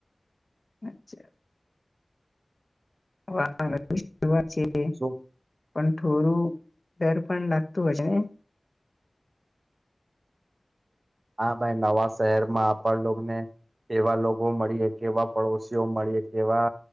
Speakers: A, on the left; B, on the right.
A: અચ્છા. વા <unintelligible> વા છે <unintelligible>
B: શું
A: પણ થોડું ડર. પણ લાગતું હોય છે ને.
B: હા ભાઈ નવા શહેરમાં આપણ લોકોને કેવા લોકો મળીએ કેવા પડોશીઓ મળીએ કેવા